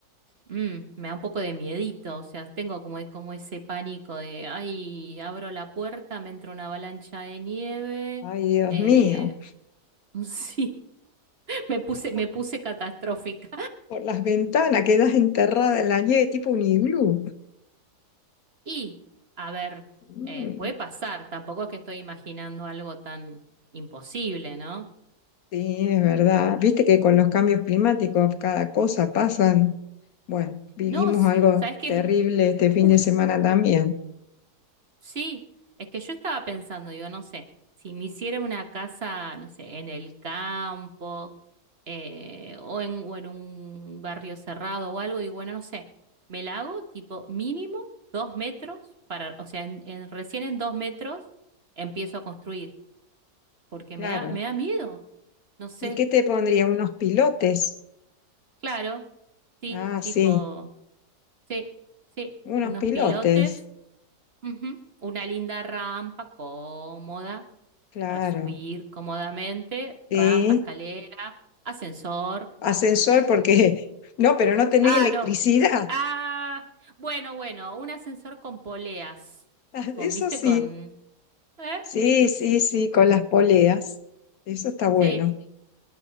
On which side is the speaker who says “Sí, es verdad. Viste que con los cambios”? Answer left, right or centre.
Left